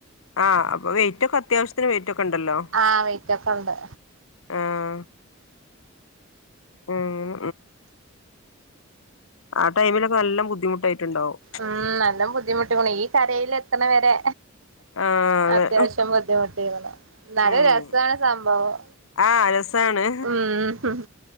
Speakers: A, on the left; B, on the right.
A: ആഹ് അപ്പൊ വെയിറ്റ ഒക്കെ അത്യവശ്യത്തിന് വെയിറ്റ് ഒക്കെ ഉണ്ടല്ലോ
B: ആഹ് വൈറ്റൊക്കെ ഉണ്ട്
A: ആഹ് ഉം ആ ടൈംലൊക്കെ നല്ല ബുദ്ധിമുട്ടായിട്ടണ്ടാവും.
B: ഉം നല്ലം ബുദ്ധിമുട്ടിക്കണ ഈ കരയിൽ എത്തണ വരെ
A: ആ അതെ
B: അത്യാവശ്യം ബുദ്ധിമുട്ടിക്ക്‌ണു
A: ഉം
B: ന്നാലും രസണ് സംഭവം
A: ആ രസാണ്
B: ഉം ഉം